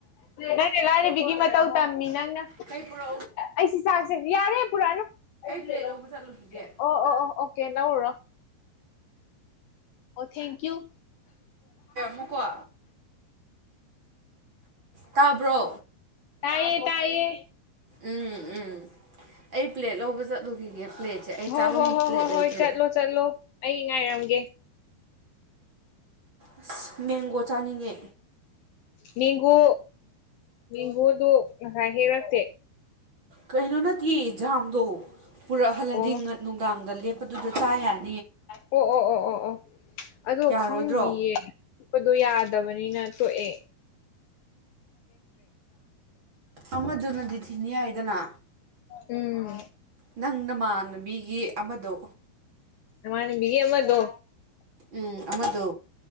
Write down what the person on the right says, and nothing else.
ꯀꯩ ꯄꯨꯔꯛ
ꯄ꯭ꯂꯦꯠ ꯂꯧꯕ ꯆꯠꯂꯨꯈꯤꯒꯦ
ꯉꯥꯏꯈꯣꯀꯣ ꯇꯥꯕ꯭ꯔꯣ
ꯎꯝ ꯎꯝ ꯑꯩ ꯄ꯭ꯂꯦꯠ ꯂꯧꯕ ꯆꯠꯂꯨꯈꯤꯒꯦ ꯄ꯭ꯂꯦꯠꯁꯦ ꯑꯩ
ꯆꯥꯐꯝ
ꯄ꯭ꯂꯦꯠ
ꯂꯩꯇ꯭ꯔꯦ
ꯑꯁ ꯃꯦꯡꯒꯣ ꯆꯥꯅꯤꯡꯉꯦ
ꯀꯩꯅꯣ ꯅꯠꯇꯦꯖꯥꯝꯗꯣ ꯄꯨꯔꯛꯍꯜꯂꯗꯤ
ꯅꯨꯡꯗꯥꯡꯗ ꯂꯦꯞꯄꯗꯨꯗ ꯆꯥ ꯌꯥꯏ
ꯌꯥꯔꯣꯏꯗ꯭ꯔꯣ
ꯑꯃꯗꯨꯅꯗꯤꯊꯤꯅꯤ ꯍꯥꯏꯏꯗꯅ
ꯅꯪ ꯅꯃꯥꯟꯅꯕꯤꯒꯤ ꯑꯃꯗꯣ
ꯎꯝ ꯑꯃꯗ